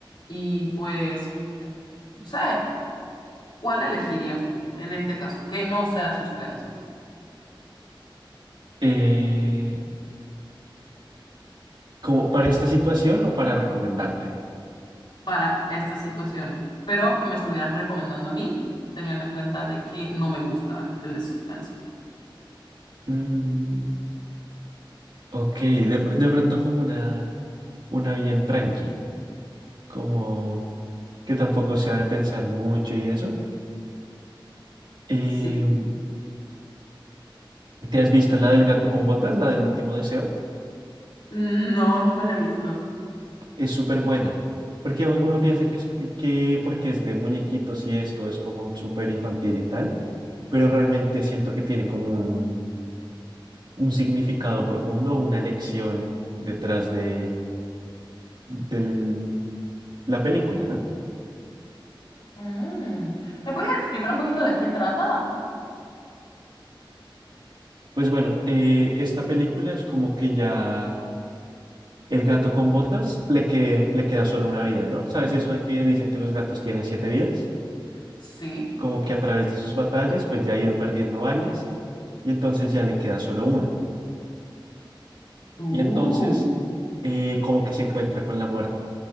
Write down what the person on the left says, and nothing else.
Y pues, no sé, ¿cuál elegirías tú en este caso? Que no sea suspenso
para esta situación, pero que me estuvieras recomendando a mí, teniendo en cuenta de que no me gusta el de suspenso.
Sí.
No, no me la he visto.
Mm. ¿Me puedes explicar un poquito de qué trata?
Sí.
Uh.